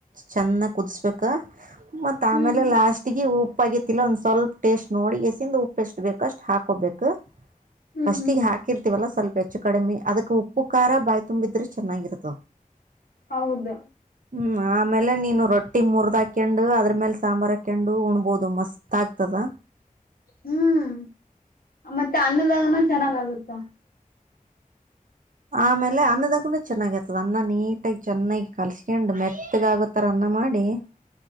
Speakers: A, on the right; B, on the left.
A: ಚೆನ್ನಾಗ ಕುದಿಸ್ಬೇಕ ಮತ್ತ್ ಆಮೇಲೆ
B: ಹ್ಮ್ ಹ್ಮ್
A: ಲಾಸ್ಟ್ ಗಿ ಉಪ್ಪ ಆಗತಿಲ್ಲಾ ಒಂದ್ ಸ್ವಲ್ಪ ಟೇಸ್ಟ್ ನೋಡಿ ಗೆಸಿಂದ ಉಪ್ಪು ಎಷ್ಟು ಬೇಕ ಅಷ್ಟು ಹಾಕೋಬೇಕು.
B: ಹ್ಮ್
A: ಫಸ್ಟಿಗಿ
B: ಹ್ಮ್
A: ಹಾಕಿರ್ತೀವಲ್ಲ ಸ್ವಲ್ಪ ಹೆಚ್ಚು ಕಡಿಮೆ ಅದಕ್ ಉಪ್ಪು, ಖಾರ ಬಾಯ್ ತುಂಬಿದ್ರೆ ಚೆನ್ನಾಗಿರತ.
B: ಹೌದು,
A: ಹ್ಮ್, ಆಮೇಲೆ ನೀನು ರೊಟ್ಟಿ ಮುರ್ದ ಹಾಕೊಂಡು ಅದ್ರ ಮೇಲೆ ಸಾಂಬಾರ್ ಹಾಕ ಕಂಡು ಉಣ್ಬಹದು ಮಸ್ತ್ ಆಗ್ತದ.
B: ಹ್ಮ್, ಮತ್ತೆ ಅನ್ನದಾಗನೂ ಚೆನ್ನಾಗ ಆಗುತ್ತ.
A: ಆಮೇಲೆ ಅನ್ನದಾಗೂನ ಚೆನ್ನಾಗ ಆತದ ಅನ್ನ ನೀಟಾಗಿ ಚೆನ್ನಾಗಿ ಕಲ್ಸ್ಕಂಡ್ ಮೆತ್ತಗ ಆಗೋತರ. ಮಾಡಿ <unintelligible>